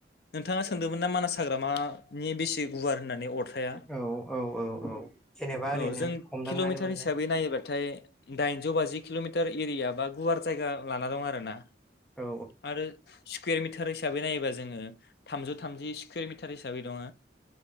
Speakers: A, on the left; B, in the centre.
A: नोंथाङा सोंदोंमोन ना मानास हाग्रामानि बेसे गुवार होननानै अरथाया
B: औ औ औ औ जेनेबा ओरैनो
A: औ जों
B: हमदांनानै
A: किल'मिटार
B: मोननाय
A: हिसाबै नायोबाथाय दाइनजौ बाजि किलमिटार एरिया बा गुवार जायगा लाना दं आरो ना
B: औ
A: आरो सि कुवेर मिथार हिसाबै नायोबा जोङो थामजौ थामजि स्कुवेर मिथार हिसाबै दङ